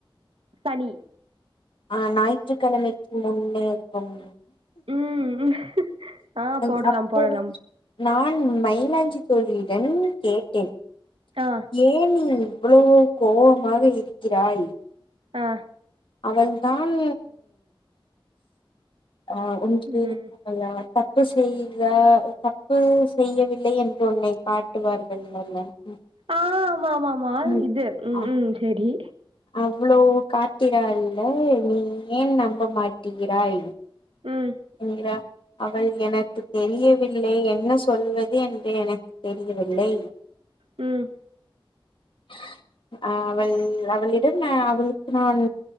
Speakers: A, on the right; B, on the left.
A: தனி
B: ஆ ஞாயிற்றுக்கிழமைக்கு முன்னே இருக்கும்
A: ம் ஆ
B: அ-
A: போடலாம்
B: அப்பொழுது
A: போடலாம்
B: நான் மயிலாஜி தோழியுடன் கேட்டேன்
A: ஆ
B: ஏ நீ இவ்வவோ கோவமாக இருக்கிறாய்
A: ஆ
B: அவள் தான் அ ஒன்று
A: ம்
B: இருக்கும்மல்ல தப்பு செய்ய தப்பு செய்யவில்லை என்று உன்னை காட்டுவார்கள் <unintelligible>
A: ஆமாமாமா
B: ம்
A: இது ம்
B: அ
A: ம் சேரி
B: அவ்ளோ காட்டிறால்ல நீ ஏன் நம்ப மாட்டிகிறாய்
A: ம்
B: <unintelligible> அவள் எனக்கு தெரியவில்லை என்ன சொல்வது என்று எனக்கு தெரியவில்லை
A: ம்
B: <inaudible> அ அவள் அவளிடம் ந அவள்க்கு நான்